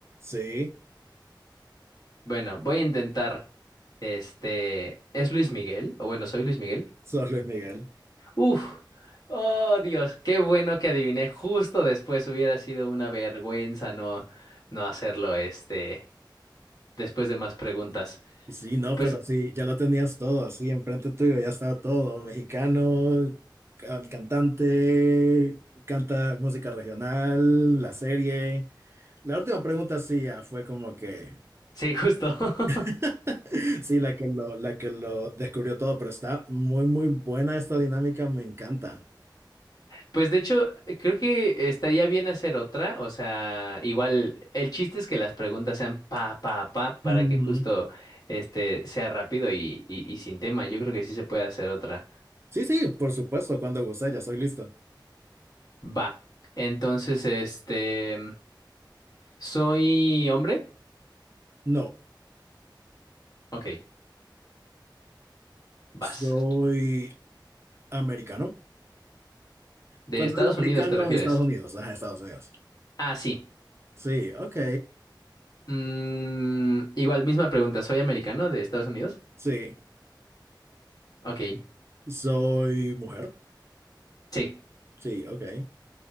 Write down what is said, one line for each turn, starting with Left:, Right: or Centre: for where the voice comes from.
Right: Sí,
Left: Bueno, voy a intentar. Este, ¿es Luis Miguel? O bueno, soy Luis Miguel.
Right: sos Luis Miguel.
Left: Uf, oh Dios, qué bueno que adiviné justo después. Hubiera sido una vergüenza no, no hacerlo, este, después de más preguntas.
Right: Sí, no,
Left: Pues
Right: pero sí, ya lo tenías todo así enfrente tuyo, ya estaba todo, mexicano, ca- cantante, canta música regional, la serie. La última pregunta sí ya fue como que...
Left: Sí, justo. <laughs>
Right: <laughs> Sí, la que lo, la que lo descubrió todo, pero está muy, muy buena esta dinámica, me encanta.
Left: Pues de hecho, creo que estaría bien hacer otra. O sea, igual, el chiste es que las preguntas sean pa, pa, pa, para
Right: <laughs>
Left: que justo este sea rápido y, y, y sin tema. Yo creo que sí se puede hacer otra.
Right: Sí, sí, por supuesto, cuando guste, ya soy listo.
Left: Va. Entonces, este, ¿soy hombre?
Right: No,
Left: Ok, vas.
Right: soy americano.
Left: ¿De
Right: Cuando
Left: Estados
Right: digo americano,
Left: Unidos te refieres?
Right: Estados Unidos, ajá, Estados Unidos.
Left: Ah, sí.
Right: Sí, ok,
Left: Mm, igual, misma pregunta. ¿Soy americano de Estados Unidos?
Right: sí.
Left: Ok,
Right: Soy mujer,
Left: sí.
Right: sí, ok,